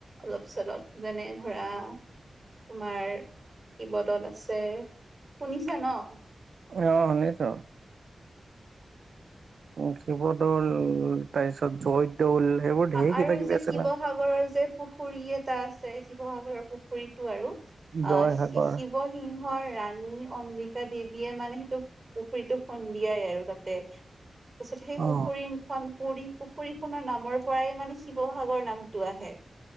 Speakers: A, on the right; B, on the right.
A: অলপ চলপ যেনে ধৰা তোমাৰ কীবৰ্ডত আছে শুনিছা ন
B: অ শুনিছো উ শিৱদৌল তাৰপিছত জয়দৌল সেইবোৰ ঢেৰ
A: আৰু
B: কিবা কিবি
A: যে
B: আছে
A: শিৱসাগৰৰ
B: ন
A: যে পুখুৰী এটা আছে শিৱসাগৰৰ পুখুৰীটো আৰু অ
B: জয়সাগৰ
A: শিৱসিংহৰ ৰাণী অম্বিকা দেৱীয়ে মানে সেইটো পুখুৰীটো খন্দিয়াই আৰু তাতে তাৰ পিছত সেই
B: অ
A: পুখুৰীখন পুুৰী পুখুৰীখনৰ নামৰ পৰাই মানে শিৱসাগৰ নামতটো আহে